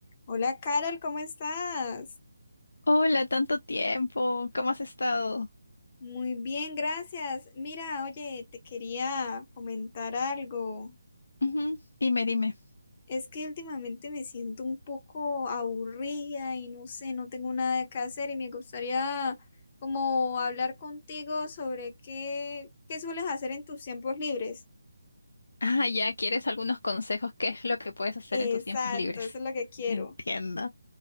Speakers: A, on the left; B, on the left.
A: Hola Carol, ¿cómo estás?
B: Hola, tanto tiempo. ¿Cómo has estado?
A: Muy bien, gracias. Mira, oye, te quería comentar algo.
B: Ujú, Dime, dime.
A: Es que últimamente me siento un poco aburrida y no sé, no tengo nada que hacer y me gustaría como hablar contigo sobre qué, qué sueles hacer en tus tiempos libres.
B: Ah, ya quieres algunos consejos. ¿Qué es lo que puedes hacer
A: Exacto,
B: en tus tiempos libres?
A: eso es lo que quiero.
B: Entiendo.